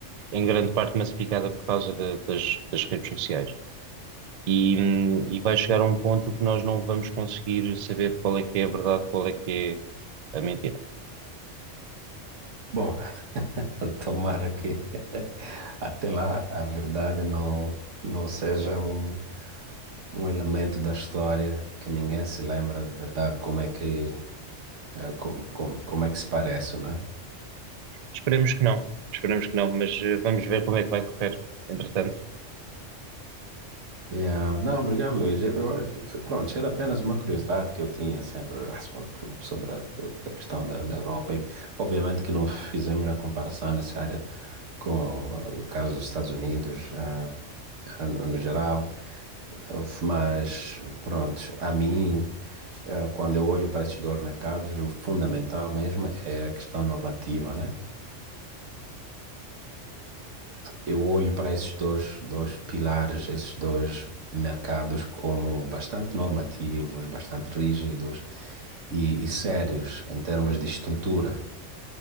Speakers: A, on the right; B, on the right.
A: em grande parte massificada por causa da- das, das redes sociais. E, hum, e vai chegar a um ponto que nós não vamos conseguir saber qual é que é a verdade, qual é que é a mentira.
B: Bom, <laughs> tomara que <laughs> até lá a verdade não, não seja um, um elemento da história que ninguém se lembra de verdade como é que, eh, como, como, como é que se parece, né?
A: Esperemos que não, esperemos que não, mas eh, vamos ver como é que vai correr, entretanto.
B: Yeah. Não, obrigado, Luiz. Eu, eu acho- pronto, era apenas uma curiosidade que eu tinha sempre ah, sobre sobre a, a questão da, da Europa. E, obviamente que não fizemos a comparação necessária com ah, o caso dos Estados Unidos, ah, ah, no, no geral. Ah, Mas, pronto, a mim, ah, quando eu olho para estes dois mercados, o fundamental mesmo é a questão normativa, né? Eu olho para esses dois, dois pilares, esses dois mercados como bastante normativos, bastante rígidos e, e sérios em termos de estrutura